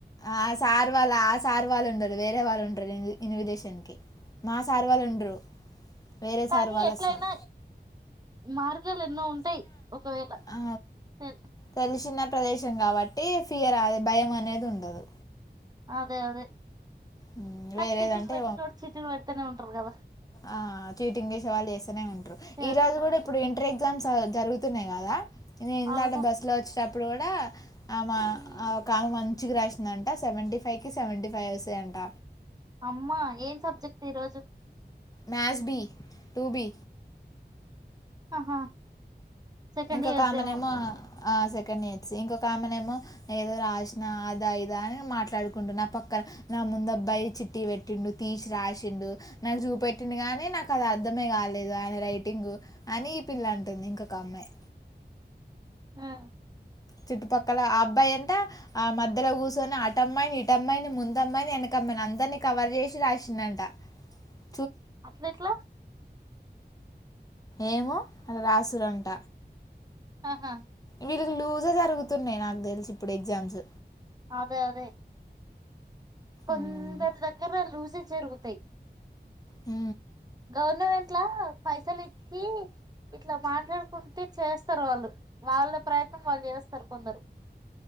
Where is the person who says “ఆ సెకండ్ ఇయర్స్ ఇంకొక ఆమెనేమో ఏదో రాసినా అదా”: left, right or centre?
Left